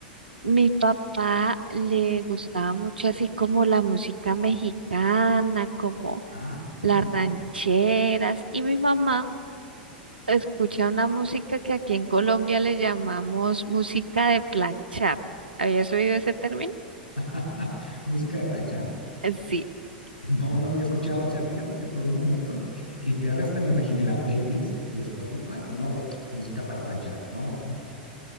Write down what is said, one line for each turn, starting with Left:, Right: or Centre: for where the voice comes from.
Right: mi papá le gustaba mucho así como la música mexicana, como
Left: Ah, ah,
Right: las
Left: ok.
Right: rancheras y mi mamá. Escucha una música que aquí en Colombia le llamamos música de planchar. ¿Habías oído ese término?
Left: <laughs> Música de plancha.
Right: Eh, Sí. <gasps>
Left: No, no había escuchado. O sea, fíjate que por un momento, literal, hasta me imaginé la playlist de Spotify, ¿no? De música para planchar, ¿no? <laughs>